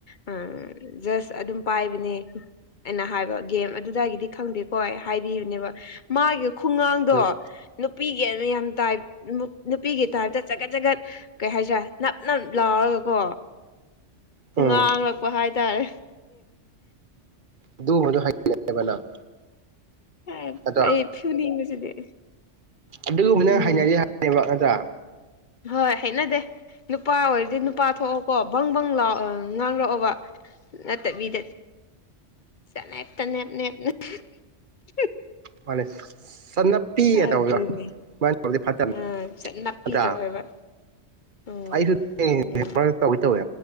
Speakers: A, on the left; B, on the right.
A: ꯎꯝ ꯖꯁ ꯑꯗꯨꯝ ꯄꯥꯏꯕꯅꯦ ꯑꯩꯅ ꯍꯥꯏꯕ ꯒꯦꯝ ꯑꯗꯨꯗꯒꯤꯗꯤ ꯈꯪꯗꯦꯀꯣ ꯍꯥꯏꯕꯤꯕꯅꯦꯕ ꯃꯥꯒꯤ ꯈꯨꯉꯥꯡꯗꯣ
B: ꯎꯝ
A: ꯅꯨꯄꯤꯒꯤ ꯌꯥꯝ ꯇꯥꯏꯞ ꯅꯨꯄꯤꯒꯤ ꯇꯥꯏꯞꯇ ꯆꯒꯠ ꯆꯒꯠ ꯀꯩ ꯍꯥꯏꯁꯤꯔꯥ ꯅꯞ ꯅꯞ ꯂꯥꯎꯔꯒꯀꯣ
B: ꯎꯝ
A: ꯉꯥꯡꯉꯛꯄ ꯍꯥꯏ ꯍꯥꯢꯇꯥꯔꯦ
B: ꯑꯗꯨꯒꯨꯝꯕꯗꯨ ꯍ <unintelligible> ꯅꯪ
A: ꯑꯦ
B: ꯅꯠꯇ꯭ꯔꯣ
A: ꯑꯩ ꯐꯨꯅꯤꯡꯕꯁꯤꯗꯤ
B: ꯑꯗꯨꯒꯨꯝꯕꯗꯨ ꯅꯪ
A: ꯎꯝ
B: ꯍꯩꯅꯗꯦ ꯍꯥꯢꯕꯅꯦ ꯅꯠꯇ꯭ꯔꯥ
A: ꯍꯣꯏ ꯍꯩꯅꯗꯦ ꯅꯨꯄꯥ ꯑꯣꯏꯔꯗꯤ ꯅꯨꯄꯥ ꯊꯣꯛꯑꯣ ꯀꯣ ꯕꯪ ꯕꯪ ꯂꯥꯛꯑꯣ ꯉꯥꯡꯔꯛꯑꯣꯕ ꯅꯠꯇꯕꯤꯗ <unintelligible> <unintelligible>
B: ꯃꯥꯅꯤ ꯆꯥꯅꯞꯄꯤꯒ
A: ꯑꯗꯨꯅꯤ
B: ꯇꯧꯕꯗꯣ <unintelligible> ꯐꯠꯇ꯭ꯔꯥ
A: ꯑ ꯅꯞꯄꯤ ꯇꯧꯋꯦꯕ ꯎꯝ
B: ꯑꯩꯁꯨ <unintelligible>
A: ꯑꯗꯨꯅꯦ
B: ꯇꯧꯋꯤ ꯇꯧꯋꯤ